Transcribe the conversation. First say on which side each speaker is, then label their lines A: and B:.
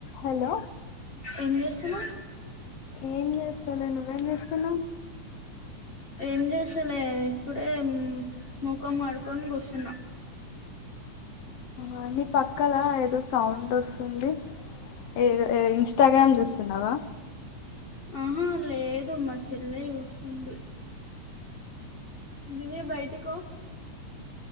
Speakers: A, on the left; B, on the left.
A: hello
B: ఏం జెస్తున్నావ్
A: ఏం చేస్తాలె నువ్వేం చేస్తున్నావ్
B: ఏం జెసలే ఇప్పుడే ముఖం కడుకుని కూసున్న
A: ఆ నీ పక్కల ఏదో సౌండ్ వస్తుంది ఏ ఎ ఇన్స్టాగ్రామ్ చూస్తున్నావా
B: ఆహా లేదు మా చెల్లె చూసుంది దివ్య బయటికో